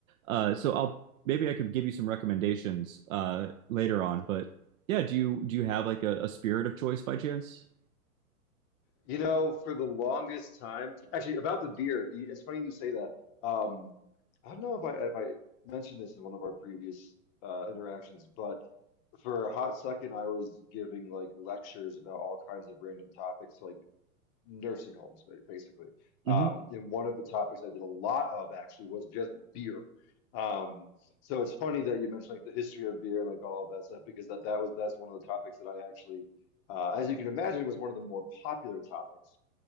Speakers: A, on the right; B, on the left.
A: Uh, so I'll maybe I could give you some recommendations uh, later on. But yeah, do you do you have like a, a spirit of choice by chance?
B: You know, for the longest time, actually about the beer, y- it's funny you say that. Um, I don't know if I if I mentioned this in one of our previous uh, interactions, but for a hot second, I was giving like lectures about all kinds of random topics, like nursing homes, basically. Um,
A: hmm
B: and one of the topics I did a lot of actually was just beer. Um, so it's funny that you mentioned like the history of beer, like all of that stuff, because that that was that's one of the topics that I actually, uh, as you can imagine, was one of the more popular topics.